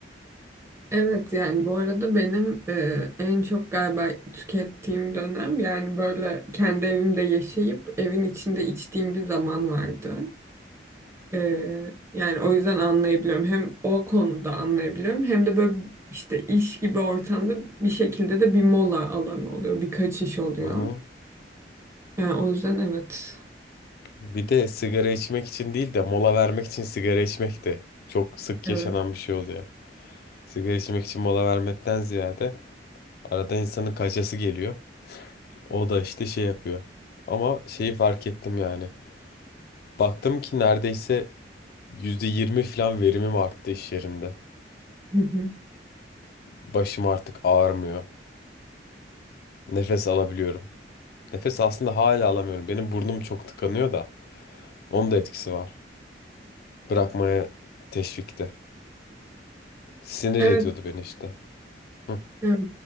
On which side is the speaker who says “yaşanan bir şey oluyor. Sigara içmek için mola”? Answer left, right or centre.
Left